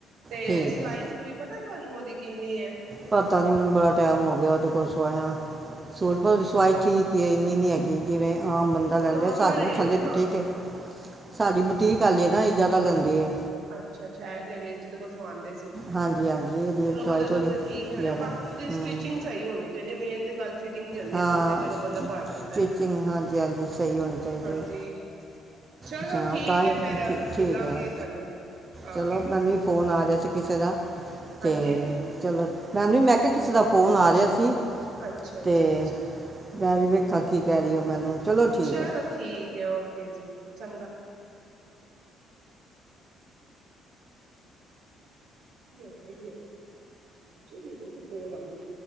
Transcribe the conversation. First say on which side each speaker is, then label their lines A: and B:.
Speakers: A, on the right (about 75°); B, on the right (about 25°).
A: ਤੇ
B: ਠੀਕ
A: ਸਿਲਾਈ
B: ਹੈ
A: ਸਲੂਈ ਪਤਾ ਤੁਹਾਨੂੰ ਉਹਦੀ ਕਿੰਨੀ ਏ
B: ਪਤਾ ਨੀ ਮੈਨੂੰ ਬੜਾ ਟਾਈਮ ਹੋ ਗਿਆ ਉਹਦੇ ਕੁਛ ਸਵਾਇਆ।
A: ਚਲੋ
B: ਸੂਟ ਦੀ ਸਵਾਈ ਠੀਕ ਕਿ ਇਹ ਇੰਨੀ ਨਹੀਂ ਹੈਗੀ ਜਿਵੇਂ ਆਮ ਬੰਦਾ ਲੈਂਦਾ
A: ਨੋਰਮਲ
B: ਸਾਡੀ
A: ਰੇਂਜ
B: ਤਾਂ ਥੱਲੇ ਬੁਟੀਕ
A: ਨਾ
B: ਹੈ। ਸਾਡੀ ਬੁਟੀਕ ਘਾਲੀਏ ਨਾ ਇਹ ਜ਼ਿਆਦਾ ਲੈਂਦੀ ਐ।
A: ਅੱਛਾ ਅੱਛਾ ਐ ਜਿਹੜੇ ਜਿਦੇ ਕੋਲ ਸਵਾਉਂਦੇ ਸੀ।
B: ਹਾਂਜੀ ਹਾਂਜੀ ਇਹਦੀ
A: ਚਲੋ
B: ਸਵਾਈ
A: ਉਹਦੇ
B: ਥੋੜੀ
A: ਤੋਂ ਠੀਕ
B: ਜ਼ਿਆਦਾ
A: ਬਾਕੀ ਉਹਦੀ ਸਟਿਚਿੰਗ
B: ਹੂੰ
A: ਸਹੀ ਹੋਣੀ। ਜਿਹੜੇ ਮੇਨ ਤੇ ਗੱਲ ਫਿਟਿੰਗ ਦੀ ਹੁੰਦੀ
B: ਹਾਂ
A: ਹੈ ਇਸ ਲਈ ਤੇ ਚਲੋ
B: ਸਟਿਚਿੰਗ
A: ਬੰਦਾ ਭਰ ਦਿੰਦਾ
B: ਹਾਂਜੀ ਹਾਂਜੀ ਸਹੀ ਹੋਣੀ ਚਾਹੀਦੀ
A: ਹਾਂਜੀ
B: ਹੈ,
A: ਚਲੋ
B: ਅੱਛਾ
A: ਠੀਕ
B: ਤਾਂ ਹੀ
A: ਹੈ ਫਿਰ ਮਿਲਾਂਗੇ
B: ਠੀਕ ਹੈ।
A: ਤੁਹਾਨੂੰ ਆ
B: ਚਲੋ
A: ਕੇ
B: ਪਹਿਲੀ ਫ਼ੋਨ ਆ ਰਿਹਾ ਸੀ ਕਿਸੇ ਦਾ।
A: ਹਾਂਜੀ
B: ਤੇ ਚਲੋ <unintelligible> ਤੇ ਕਿਸੇ ਦਾ ਫੋਨ ਆ ਰਿਹਾ ਸੀ।
A: ਅੱਛਾ ਅੱਛਾ
B: ਤੇ
A: ਅੱਛਾ
B: ਮੈਂ ਵੀ ਵੇਖਾਂ ਕੀ ਕਹਿ ਰਹੀ ਓਹ ਮੈਨੂੰ। ਠੀਕ
A: ਚਲੋ
B: ਹੈ
A: ਠੀਕ ਹੈ ਓਕੇ ਓਕੇ ਜੀ ਚੰਗਾ <unintelligible> ਕੋਲ ਆਂਦੀ